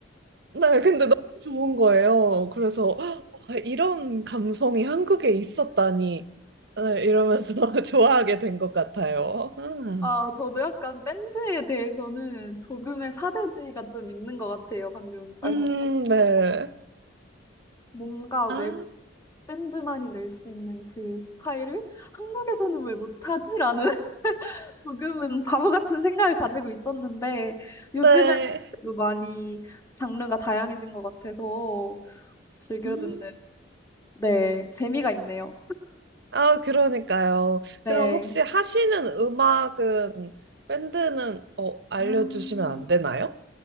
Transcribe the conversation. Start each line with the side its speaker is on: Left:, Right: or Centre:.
Right: 네, 근데 너무 좋은 거예요. 그래서 헉, 와, 이런 감성이 한국에 있었다니, 네, 이러면서 <laughs> 좋아하게 된 것 같아요. 아.
Left: 아, 저도 약간 밴드에 대해서는 조금의 사대주의가 좀 있는 것 같아요. 방금 말씀해주신
Right: 음, 네.
Left: 것처럼. 뭔가
Right: 아,
Left: 왜 밴드만이 낼 수 있는 그 스타일을 한국에서는 왜 못하지라는 <laughs> 조금은 바보 같은 생각을 가지고 있었는데
Right: 네.
Left: 요즘에는 그래도 많이 장르가 다양해진 것 같아서 즐겨
Right: 음.
Left: 듣는 네, 재미가 있네요.
Right: 아, 그러니까요.
Left: 네.
Right: 그럼 혹시 하시는 음악은, 밴드는, 어, 알려주시면
Left: 아,
Right: 안 되나요?